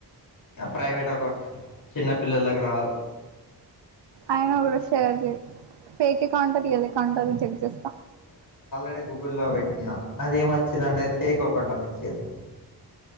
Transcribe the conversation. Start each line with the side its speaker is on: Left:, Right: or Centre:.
Left: ప్రైవేట్ అకౌంట్ చిన్నపిల్లలకు రాదు.
Right: అయినా కూడా షేర్ చెయ్ ఫేక్అకౌంటా రియల్అకౌంటా నేన్ చెక్ చేస్తా.
Left: అంటే గూగుల్లా పెట్టినా అది ఎమచ్చింది అంటే ఇది ఫేక్ అకౌంట్ అనిచ్చింది.